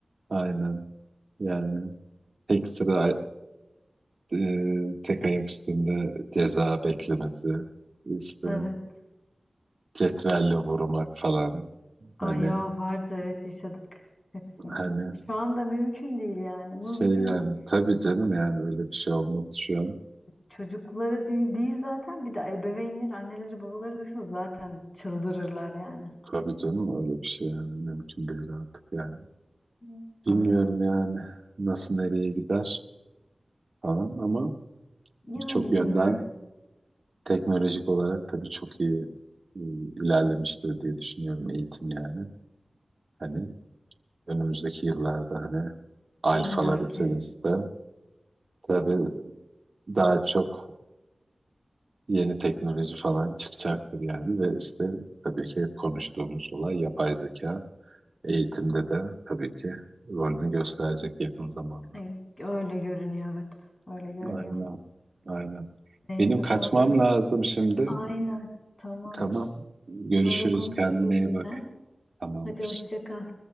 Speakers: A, on the right; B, on the left.
A: aynen yani tek sıra e, tek ayak üstünde ceza beklemesi işte
B: Evet.
A: cetvelle vurmak falan
B: Ay
A: hani
B: ya vardı evet yaşadık hepsini.
A: hani
B: Şu anda mümkün değil yani. Mümkün
A: şey yani
B: değil.
A: tabii canım yani öyle bir şey olmaz şu an.
B: Çocuklara değil değil zaten bir de ebeveynleri, anneleri, babaları duysa zaten çıldırırlar yani.
A: Tabii canım öyle bir şey yani mümkün değil artık yani.
B: Hı.
A: Bilmiyorum
B: Öyle.
A: yani nasıl nereye gider falan ama
B: Yani
A: birçok yönden
B: bilmiyorum
A: teknolojik olarak tabii çok iyi e, ilerlemiştir diye düşünüyorum eğitim yani. Hani önümüzdeki yıllarda hani alfalar
B: illaki.
A: içerisinde tabii daha çok yeni teknoloji falan çıkacaktır yani ve işte tabii ki hep konuştuğumuz olay yapay zeka eğitimde de tabii ki rolünü gösterecek yakın zamanda.
B: Ay, Öyle görünüyor evet. Öyle görünüyor.
A: Aynen. Aynen.
B: Neyse
A: Benim kaçmam
B: sonra
A: lazım şimdi.
B: aynen tamamdır.
A: Tamam. Görüşürüz.
B: Sonra konuşuruz
A: Kendine iyi
B: yine.
A: bak. Tamamdır.
B: Hadi hoşça kal.